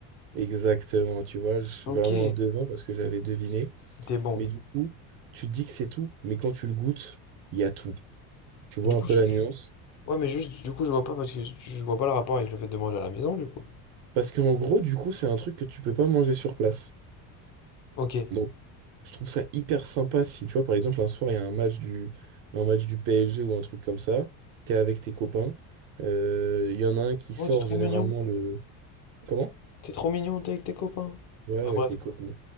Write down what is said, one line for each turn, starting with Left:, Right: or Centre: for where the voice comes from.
Right: Exactement, tu vois, je suis
Left: Ok.
Right: vraiment un devin parce que j'avais deviné.
Left: T'es bon.
Right: Mais du coup, tu te dis que c'est tout, mais quand tu le goûtes, il y a tout. Tu vois
Left: Du coup,
Right: un peu
Left: je...
Right: la nuance.
Left: Ouais, mais juste, du coup, je vois pas parce que je je vois pas le rapport avec le fait de manger à la maison, du coup.
Right: Parce qu'en gros, du coup, c'est un truc que tu peux pas manger sur place.
Left: Ok.
Right: Donc, Je trouve ça hyper sympa si, tu vois, par exemple, un soir, il y a un match du, un match du PSG ou un truc comme ça. T'es avec tes copains. euh, Il y en a un qui sort
Left: Oh, t'es trop
Right: généralement
Left: mignon.
Right: le. Comment?
Left: T'es trop mignon, t'es avec tes copains.
Right: Ouais,
Left: Bah,
Right: avec
Left: bref.
Right: les copains.